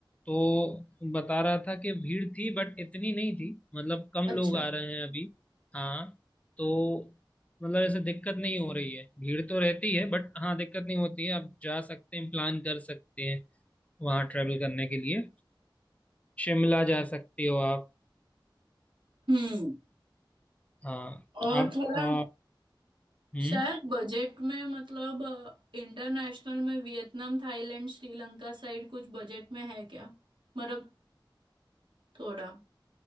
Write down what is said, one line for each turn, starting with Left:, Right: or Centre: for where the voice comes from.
Left: तो बता रहा था कि भीड़ थी बट इतनी नहीं थी मतलब कम
Right: अच्छा
Left: लोग आ रहे हैं अभी हाँ तो मतलब ऐसे दिक्कत नहीं हो रही है भीड़ तो रहती है बट हाँ दिक्कत नहीं होती है आप जा सकते हैं प्लान कर सकते हैं वहाँ ट्रेवल करने के लिए शिमला जा सकते हो आप
Right: हम्म
Left: हाँ
Right: और
Left: आप
Right: थोड़ा
Left: अ, हम्म हम्म
Right: शायद बजट में मतलब इंटरनेशनल में वियतनाम थाईलैंड श्रीलंका साइड कुछ बजट में है क्या मतलब थोड़ा